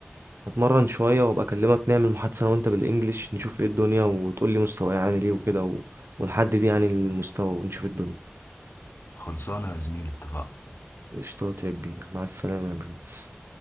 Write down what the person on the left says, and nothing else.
خلصانة يا زميلي اتفقنا